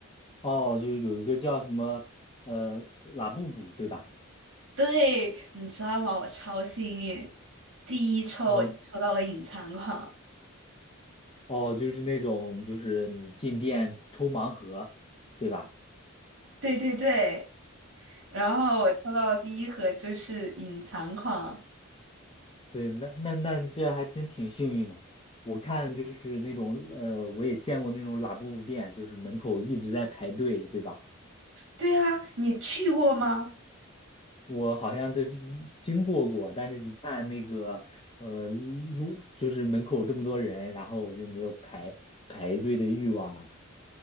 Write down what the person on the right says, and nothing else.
对，你知道吗？我超幸运，第一抽我就抽到了隐藏款，
对对对。然后我抽到的第一盒就是隐藏款。
对啊，你去过吗？